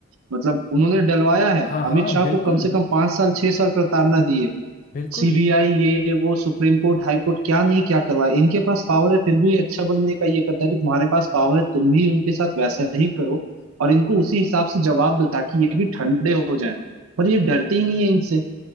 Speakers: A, on the right; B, on the left.
A: मतलब उन्होंने डलवाया है
B: हाँ
A: अमित
B: हाँ
A: शाह
B: बिल्कुल
A: को कम से कम पांच साल छह साल प्रताड़ना दी है
B: बिल्कुल
A: सीबीआई ये वो सुप्रीम कोर्ट हाई कोर्ट क्या नहीं क्या करवाए इनके पास पावर है फिर भी अच्छा बनने का ये करता है कि तुम्हारे पास पावर है तुम भी उनके साथ वैसा ही करो और इनको उसी हिसाब से जवाब दो ताकि ये भी ठंडे हो जाएं पर ये डरते ही नहीं है इनसे